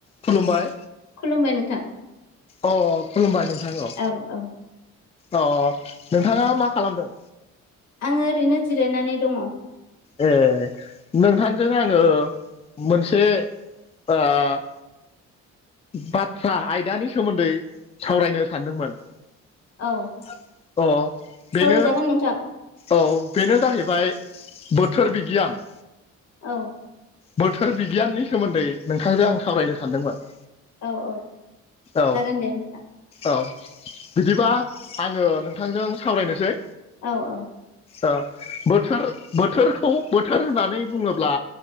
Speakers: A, on the left (about 20°); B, on the left (about 60°).
A: खुलुमबाय
B: खुलुमबाय नोंथां?
A: अ खुलुमबाय नोंथांखौ
B: औ औ।
A: अ अ नोंथाङा मा खालामदों?
B: आं ओरैनो जिरायनानै दङ।
A: ए नोंथांजों आङो मोनसे आ बाथ्रा आयदानि सोमोन्दै सावरायनो सानदोंमोन।
B: औ
A: <inaudible> अ बेनो
B: सावरायजागोन नोंथां।
A: औ बेनो जाहैबाय बोथोर बिगियान।
B: औ।
A: बोथोर बिगियाननि सोमोन्दै नोंथांजों आं सावरायनो सानदोंमोन?
B: औ औ
A: औ
B: जागोन दे नोंथां।
A: औ बिदिबा आङो नोंथांजों सावरायनोसै।
B: औ औ।
A: ओ बोथोर बोथोरखौ बोथोर होननानै बुङोब्ला